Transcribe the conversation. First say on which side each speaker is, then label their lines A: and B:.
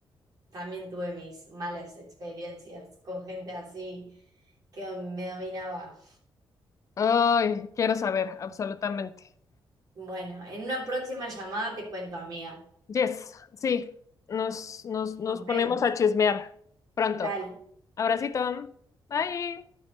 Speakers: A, on the right; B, on the left.
A: también tuve mis malas experiencias con gente así que me dominaba.
B: Ay, quiero saber, absolutamente.
A: Bueno, en una próxima llamada te cuento, amiga.
B: Yes, sí, nos, nos, nos
A: Nos
B: ponemos
A: vemos.
B: a chismear pronto.
A: Dale.
B: Abracito, bye.